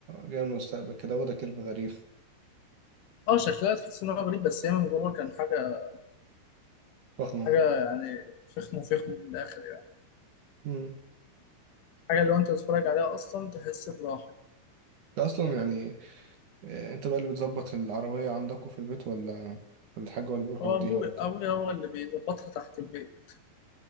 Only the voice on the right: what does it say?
جايه من المستقبل كده واخده كيرف غريب
فخمه يعني
امم
ده اصلا يعني آه، انت بقى اللي بتظبط العربيه عندكم في البيت ولا ولا الحاج هو اللي بيروح
يوديها
ولا بتاع؟